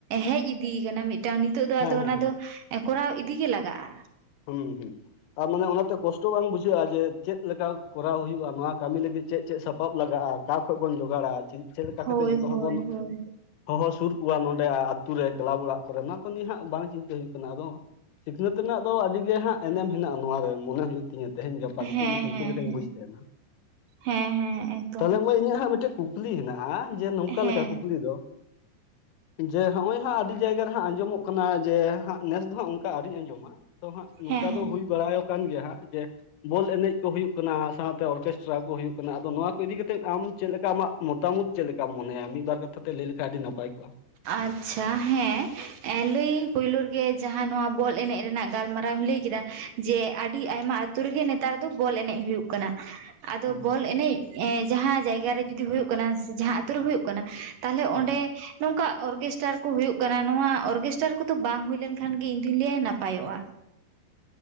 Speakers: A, on the right; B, on the left.
A: ᱦᱮᱡ ᱤᱫᱤ ᱟᱠᱟᱱᱟ ᱢᱤᱫᱴᱟᱝ ᱱᱤᱛᱚᱜ ᱫᱚ
B: ᱦᱮᱸ
A: ᱟᱫᱚ
B: ᱦᱮᱸ
A: ᱚᱱᱟ ᱫᱚ ᱮ ᱠᱚᱨᱟᱣ ᱤᱫᱤ ᱜᱮ ᱞᱟᱜᱟᱜ-ᱟ᱾
B: ᱦᱩᱸ ᱦᱩᱸ᱾ <unintelligible> ᱟᱨ ᱢᱟᱱᱮ ᱚᱱᱟᱛᱮ ᱠᱚᱥᱴᱚ ᱠᱚᱥᱴᱚ ᱵᱟᱝ ᱵᱩᱡᱷᱟᱹᱜᱼᱟ ᱡᱮ ᱪᱮᱫ ᱞᱮᱠᱟ ᱠᱚᱨᱟᱣ ᱦᱩᱭᱩᱜ-ᱟ ᱱᱚᱣᱟ ᱠᱟᱹᱢᱤ ᱞᱟᱹᱜᱤᱫ ᱪᱮᱫ ᱪᱮᱫ ᱥᱟᱯᱟᱵ ᱞᱟᱜᱟᱜ-ᱟ ᱚᱠᱟ ᱠᱷᱚᱡ ᱵᱚᱱ ᱡᱚᱜᱟᱲᱟ᱾ ᱪᱮᱫ ᱞᱮᱠᱟ
A: ᱦᱳᱭ
B: ᱠᱟᱛᱮᱜ ᱡᱚᱛᱚ ᱦᱚᱲ
A: ᱦᱳᱭ
B: ᱵᱚᱱ
A: ᱦᱳᱭ
B: ᱾ ᱦᱚᱦᱚ ᱥᱩᱨ ᱠᱚᱣᱟ ᱱᱚᱰᱮ ᱟᱛᱩ ᱨᱮ ᱠᱮᱞᱟᱵᱽ ᱚᱲᱟᱜ ᱠᱚᱨᱮ ᱱᱚᱣᱟ ᱠᱚ ᱱᱤᱭᱟᱹ ᱦᱟᱜ ᱵᱟᱝ ᱪᱤᱱᱛᱟᱹ ᱦᱩᱭᱩᱜ ᱠᱟᱱᱟ ᱟᱫᱚ ᱾ ᱥᱤᱠᱷᱱᱟᱹᱛ ᱨᱮᱱᱟᱜ ᱫᱚ ᱟᱹᱰᱤ ᱜᱮ ᱦᱟᱜ ᱮᱱᱮᱢ ᱦᱮᱱᱟᱜ-ᱟ ᱱᱚᱣᱟ ᱨᱮ ᱢᱚᱱᱮ ᱦᱩᱭᱩᱜ ᱾ ᱛᱤᱧᱟᱹ ᱛᱮᱦᱮᱧ ᱜᱟᱯᱟ ᱱᱤᱛᱚᱜ
A: ᱦᱮᱸ
B: ᱤᱧ ᱪᱤᱱᱛᱟᱹ
A: ᱦᱮᱸ
B: ᱞᱮᱠᱷᱟᱧ
A: ᱦᱮᱸ
B: ᱵᱩᱡᱽ ᱛᱟᱦᱮᱱᱟ
A: ᱦᱮᱸ ᱦᱮᱸ ᱮᱠᱫᱚᱢ
B: ᱛᱟᱦᱚᱞᱮ ᱾ ᱤᱧᱟᱹᱜ ᱦᱟᱜ ᱢᱤᱫᱴᱮᱡ ᱠᱩᱠᱞᱤ ᱦᱮᱱᱟᱜ-ᱟ ᱡᱮ ᱱᱚᱝᱠᱟ
A: ᱦᱮᱸ
B: ᱞᱮᱠᱟ ᱠᱩᱠᱞᱤ ᱫᱚ ᱾ ᱡᱮ ᱦᱚᱜ-ᱚᱭ ᱦᱟᱜ ᱟᱹᱰᱤ ᱡᱟᱭᱜᱟ ᱨᱮ ᱦᱟᱜ ᱟᱸᱡᱚᱢᱚᱜ ᱠᱟᱱᱟ ᱡᱮ ᱦᱟᱜ ᱱᱮᱥ ᱫᱚ ᱦᱟᱜ ᱚᱱᱠᱟ ᱟᱹᱣᱨᱤᱧ ᱟᱡᱚᱢᱟ ᱾ ᱟᱫᱚ ᱦᱟᱜ ᱱᱚᱝᱠᱟ
A: ᱦᱮᱸ ᱦᱮᱸ
B: ᱫᱚ ᱦᱩᱭ ᱵᱟᱲᱟᱭ ᱠᱟᱱ ᱜᱮᱭᱟ ᱦᱟᱜ ᱡᱮ ᱵᱚᱞ ᱮᱱᱮᱡ ᱠᱚ ᱦᱩᱭᱩᱜ ᱠᱟᱱᱟ ᱥᱟᱶᱛᱮ ᱚᱨᱠᱮᱥᱴᱨᱟ ᱠᱚ ᱦᱩᱭᱩᱜ ᱠᱟᱱᱟ ᱟᱫᱚ ᱱᱚᱣᱟ ᱤᱫᱤ ᱠᱟᱛᱮ ᱟᱢ ᱪᱮᱫ ᱞᱮᱠᱟ ᱟᱢᱟᱜ ᱢᱚᱛᱟᱢᱚᱛ ᱪᱮᱫ ᱞᱮᱠᱟᱢ ᱢᱚᱱᱮᱭᱟ ᱢᱤᱫ ᱵᱟᱨ ᱠᱟᱛᱷᱟ ᱛᱮ ᱞᱟᱹᱭ ᱞᱮᱠᱷᱟᱱ ᱟᱹᱰᱤ ᱱᱟᱯᱟᱭ? ᱠᱚᱜᱼᱟ
A: ᱟᱪᱪᱷᱟ ᱦᱮ ᱾ ᱞᱟᱹᱭᱟᱹᱧ ᱯᱳᱭᱞᱳ ᱨᱮᱜᱮ ᱡᱟᱦᱟᱸ ᱱᱚᱣᱟ ᱵᱚᱞ ᱮᱱᱮᱡ ᱨᱮᱱᱟᱜ ᱜᱟᱞᱢᱟᱨᱟᱣ ᱮᱢ ᱞᱟᱹᱭ ᱠᱮᱫᱟ ᱡᱮ ᱟᱹᱰᱤ ᱟᱭᱢᱟ ᱾ ᱟᱛᱳ ᱨᱮᱜᱮ ᱱᱮᱛᱟᱨ ᱫᱚ ᱵᱚᱞ ᱮᱱᱮᱡ ᱦᱩᱭᱩᱜ ᱠᱟᱱᱟ ᱾ ᱟᱫᱚ
B: ᱦᱩᱸ
A: ᱵᱚᱞ ᱮᱱᱮᱡ ᱡᱟᱦᱟᱸ ᱡᱟᱭᱜᱟ ᱨᱮ ᱡᱩᱫᱤ ᱦᱩᱭᱩᱜ ᱠᱟᱱᱟ ᱥᱮ ᱡᱟᱦᱟᱸ ᱟᱛᱳ ᱨᱮ ᱦᱩᱭᱩᱜ ᱠᱟᱱᱟ ᱾ ᱠᱟᱱᱟ ᱛᱟᱦᱞᱮ
B: ᱦᱩᱸ
A: ᱚᱸᱰᱮ ᱱᱚᱝᱠᱟ ᱚᱨᱜᱮᱥᱴᱟᱨ ᱠᱚ ᱦᱩᱭᱩᱜ ᱠᱟᱱᱟ ᱱᱚᱣᱟ ᱚᱨᱜᱮᱥᱴᱟᱨ ᱠᱚᱫᱚ ᱵᱟᱝ ᱦᱩᱭ ᱞᱮᱱ ᱠᱷᱟᱱ ᱜᱮ ᱤᱧ ᱫᱩᱧ ᱞᱟᱹᱭᱟ ᱱᱟᱯᱟᱭᱚᱜ-ᱟ ᱾